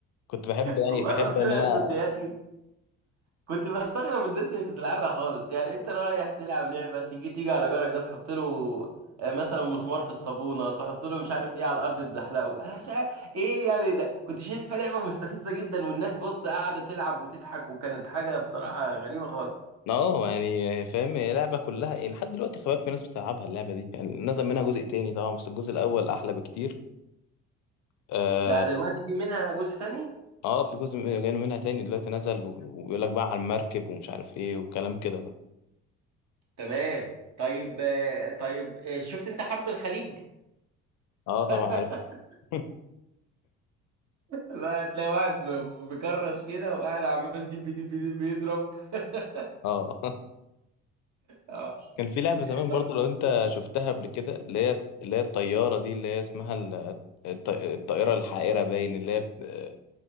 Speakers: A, on the left; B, on the right.
A: كنت بحب
B: والله
A: يعني بحب
B: العظيم
A: ان
B: انا
A: انا
B: كنت يا اخي كنت بستغرب الناس اللي بتلعبها خالص يعني انت رايح تلعب لعبه تيجي تيجي على جارك ده تحط له آه، مثلا مسمار في الصابونه تحط له مش عارف ايه على الارض تزحلقه انا مش عارف ايه يعني ده كنت شايفها لعبه مستفزه جدا والناس بص قاعده تلعب وتضحك وكانت حاجه بصراحه غريبه خالص
A: اه يعني فاهم هي لعبه كلها يعني لحد دلوقتي خباك في ناس بتلعبها اللعبه دي يعني نزل منها جزء تاني طبعا بس الجزء الاول احلى بكتير اه
B: ده دلوقتي في منها جزء تاني
A: آه، في جزء من- جاي منها تاني دلوقتي نزل وبيقول لك بقى على المركب ومش عارف ايه وكلام كده بقى
B: تمام طيب آه، طيب آه، شفت انت حرب الخليج
A: اه طبعا
B: <laughs>
A: عارف <laughs>
B: لا هتلاقي واحد مكرش كده وقاعد عمال دب دب دب يضرب <laughs>
A: اه
B: اه
A: كان في لعبة زمان
B: طب
A: برضو لو انت شفتها قبل كده اللي هي اللي هي الطيارة دي اللي هي اسمها ال- الط- الطائرة الحائرة باين اللي هي بت-